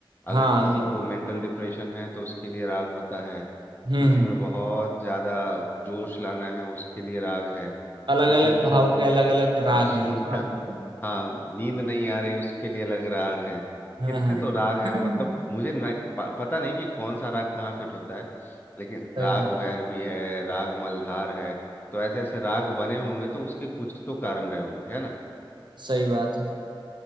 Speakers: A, on the left (about 20°); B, on the right (about 60°).
A: अगर
B: हाँ
A: किसी
B: ये बात
A: को मेंटल डिप्रेशन है तो उसके लिए राग होता है
B: हम्म
A: किसी में बहुत ज़्यादा जोश लाना है उसके लिए राग है
B: अलग
A: किसी
B: अलग भाव
A: को
B: के अलग अलग राग
A: हाँ सोना
B: है ये बात तो है
A: हाँ नींद नहीं आ रही उसके लिए अलग राग हैं
B: हाँ
A: कितने
B: हाँ
A: तो राग है मतलब
B: हाँ।
A: मुझे नहीं, प, पता नहीं कि कौन सा राग कहाँ फिट होता है लेकिन
B: सही
A: राग
B: बात
A: भैरवी है राग मल्हार है तो ऐसे ऐसे राग बने होंगे तो उसके कुछ तो कारण रहे होंगे है ना
B: सही बात है